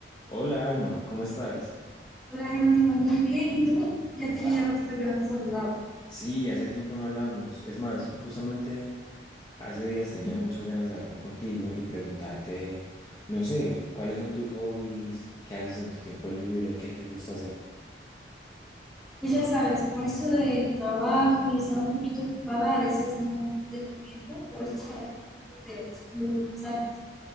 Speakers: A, on the left; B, in the centre.
A: Hola Alma, ¿cómo estás?
B: Hola, Jerónimo, muy bien. ¿Y tú? Ya tenía
A: Ah,
B: ratito que no te saludaba.
A: sí, hace tiempo no hablamos. Es más, justamente hace días tenía <laughs> muchas ganas de hablar contigo y preguntarte, no sé, ¿cuáles son tus hobbies? ¿Qué haces en tu tiempo libre? ¿Qué te gusta hacer?
B: Pues ya sabes, con esto del trabajo y estar un poquito ocupada, a veces no tengo tiempo, por eso es que a veces tampoco te respondo los mensajes.